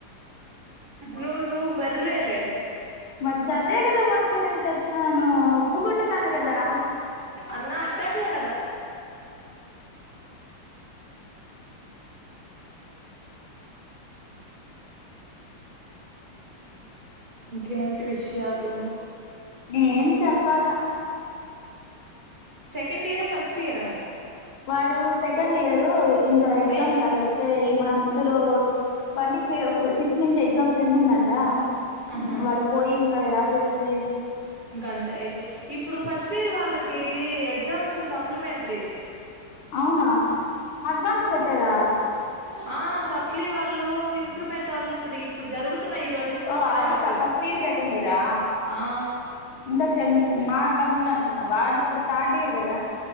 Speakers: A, on the right; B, on the left.
A: నువ్ నువ్ బర్వేలే
B: మచ్చా
A: ఆ
B: అదే కదా మచ్చ నేన్ జెప్పను. ఒప్పుకుంటున్నాను గదా
A: అన్నా అట్టాటియే ఇంకేంటి విష్యాల్ డు
B: ఏం చెప్పాల
A: కెండ్ ఇయరా ఫస్ట్ ఇయరా
B: వాడు సెకండ్ ఇయరు ఇంకా ఎగ్జామ్స్
A: అయి
B: రాసేస్తే ఈ మంత్ లో ట్వంటీ సీఏ వస్తాది. సిక్స్ నించి ఎగ్జామ్స్ సేమ్ముందంటా
A: ఆహా
B: హ్ వాడు పోయి గవి రాసేస్తే
A: ఇంకా అంతే అయిపో. ఇప్పుడు ఫస్ట్ ఇయర్ వాళ్ళకి ఎగ్ జామ్స్ సప్లిమెంట్రీ
B: అవునా అడ్వాన్స్ పెట్టరా
A: ఆ సప్లీ వాళ్ళు ఇంప్రూవ్మెంటోళ్ళు ఇప్పుడు ఇప్పుడు జరుగుత్ తున్నాయి. ఈ రోజుట్నుంచి
B: ఓ
A: స్టార్ట్.
B: అదిసా ఫస్ట్ ఇయర్ సెకండ్ ఇయరా
A: ఆ
B: ఇంకా చెంద్ మా తమ్మున్ అన్ అనుకున్నా వాడిప్ ప్పుడు థర్డ్ ఇయర్ గదా.